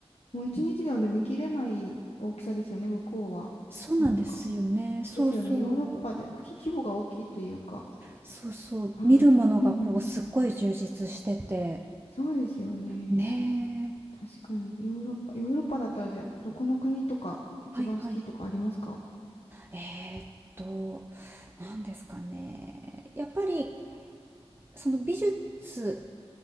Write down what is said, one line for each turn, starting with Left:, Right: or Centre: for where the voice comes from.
Left: もう一日ではね、
Right: うん
Left: 見切れない大きさですよね、向こうは。
Right: そうなんですよね。
Left: なんか。
Right: そうそう。
Left: ですよね、ヨーロッパで国規模が大きいというか。
Right: そうそう。
Left: はい。
Right: 見るものがこう、
Left: うん。
Right: すっごい充実してて。
Left: そうですよね。
Right: ねえ。
Left: 確かに、ヨーロッパ。ヨーロッパだったら、じゃあ、どこの国とか、一番好きとかありますか
Right: はいはい。えーっと、何ですかね。やっぱり、その美術、